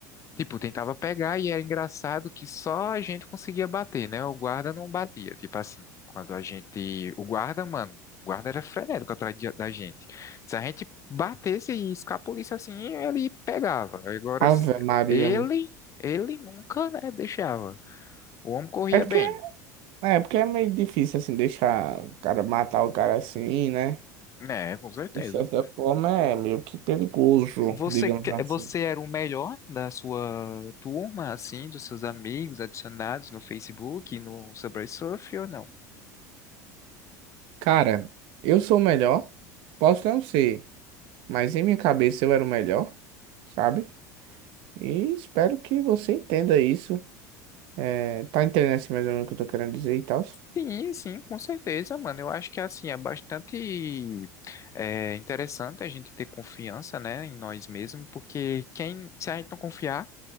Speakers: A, on the left; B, on the right.
A: Tipo, tentava pegar e era engraçado que só a gente conseguia bater, né? O guarda não batia. Tipo assim, quando a gente. O guarda, mano, o guarda era frenético atrás de- da gente. Se a gente batesse e escapolisse assim, ele pegava. Agora, s-
B: Ave Maria.
A: ele, ele nunca, né, deixava. O homem corria
B: É porque
A: bem.
B: é, porque é meio difícil, assim, deixar o cara matar o cara assim, né?
A: né com certeza.
B: De certa forma é meio que perigoso,
A: Você,
B: digamos
A: que-
B: assim.
A: você era o melhor da sua turma, assim, dos seus amigos adicionados no Facebook, no Subway Surf ou não?
B: Cara, eu sou o melhor. Posso não ser, mas em minha cabeça eu era o melhor, sabe? E espero que você entenda isso. É, tá entendendo assim mais ou menos o que eu tô querendo dizer e tal.
A: Sim, sim, com certeza, mano. Eu acho que assim é bastante é, interessante a gente ter confiança, né, em nós mesmos, porque quem, se a gente não confiar